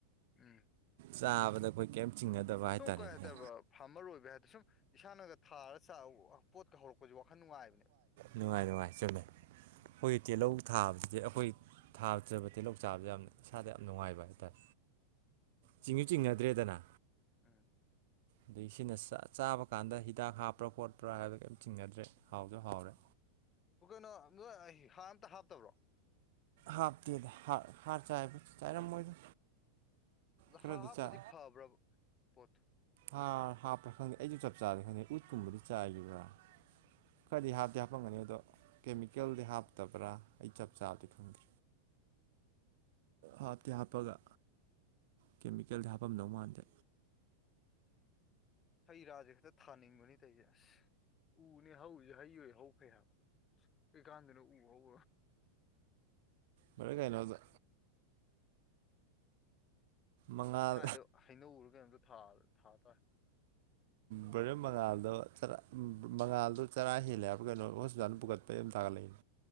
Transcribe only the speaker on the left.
ꯎꯝ
ꯇꯨꯡ ꯀꯗꯦꯕꯣ ꯐꯥꯔꯃꯔ ꯑꯣꯏꯕ ꯍꯥꯏꯗ ꯁꯨꯝ ꯏꯁꯥꯅꯒ ꯊꯥꯔꯒ ꯆ ꯄꯣꯠꯀ ꯍꯧꯔꯛꯄꯁꯤ ꯋꯥꯈꯟ ꯅꯨꯡꯉꯥꯏꯕꯅꯦꯕ
ꯎꯝ
ꯑꯣ ꯀꯩꯅꯣ ꯅꯣꯏ ꯍꯥꯡ ꯑꯝꯇ ꯍꯥꯞꯇꯕ꯭ꯔꯣ
ꯑꯗꯣ
ꯍꯥ ꯍꯥꯞꯇꯗꯤ
ꯐꯕ꯭ꯔꯕ ꯄꯣꯠꯇꯣ
ꯍꯩ ꯔꯥꯁꯦ ꯈꯛꯇ ꯊꯥꯅꯤꯡꯕꯅꯤ ꯇꯩꯁꯦ ꯑꯁ ꯎꯅꯦ ꯍꯧꯁꯦ ꯍꯩ ꯍꯧ ꯐꯩ ꯍꯥꯏꯕ ꯀꯀꯥꯟꯗꯅ ꯎ ꯍꯧ
ꯁ꯭ꯋꯥꯏꯗꯣ ꯍꯩꯅꯧꯔ ꯀꯩꯅꯣꯝꯇꯣ ꯊꯥ ꯇꯔꯦ